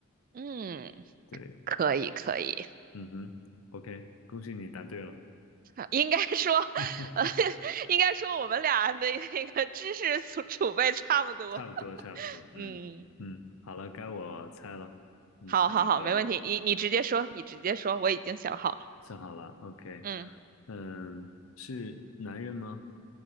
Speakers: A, on the right; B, on the left.
A: 嗯，
B: 对，
A: 可以可以，
B: 嗯哼，OK，恭喜你答对了，
A: <laughs> 应该说，
B: <laughs>
A: <laughs> 呃，应该说我们俩的那个知识储储备差不多。
B: 差不多差不多，
A: 嗯。
B: 嗯嗯，好了，该我猜了，你想一个吧，
A: 好好好，没问题，你你直接说，你直接说，我已经想好了。
B: 想好了，OK，
A: 嗯，
B: 嗯，是男人吗